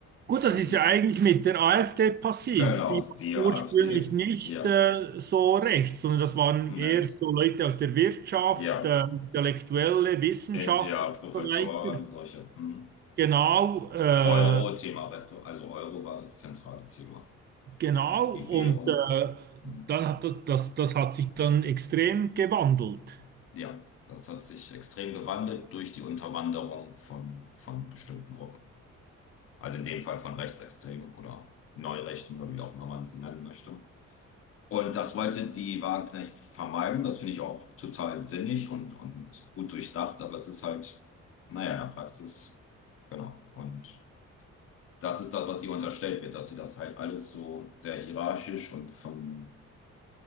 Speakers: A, on the right; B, on the left.
A: Gut, das
B: Sie,
A: ist ja eigentlich mit der AfD passiert.
B: genau,
A: Die
B: siehe
A: war
B: AfD.
A: ursprünglich nicht
B: Ja,
A: äh, so rechts, sondern das waren
B: ne,
A: eher so Leute aus der Wirtschaft,
B: ja,
A: äh, Intellektuelle, Wissenschaft
B: Äh, ja,
A: und
B: Professor,
A: so weiter.
B: solche. Hm.
A: Genau, äh,
B: Euro-Thema, also Euro war das zentrale Thema.
A: genau.
B: Die
A: Und
B: Währung.
A: äh,
B: Hm.
A: dann hat das, das, das hat sich dann extrem gewandelt.
B: Ja, das hat sich extrem gewandelt durch die Unterwanderung von, von bestimmten Gruppen. Also in dem Fall von Rechtsextremen oder Neurechten oder wie auch immer man sie nennen möchte. Und das wollte die Wagenknecht vermeiden. Das finde ich auch total sinnig und, und gut durchdacht, aber es ist halt, naja, in der Praxis, genau. Und das ist das, was ihr unterstellt wird, dass sie das halt alles so sehr hierarchisch und von,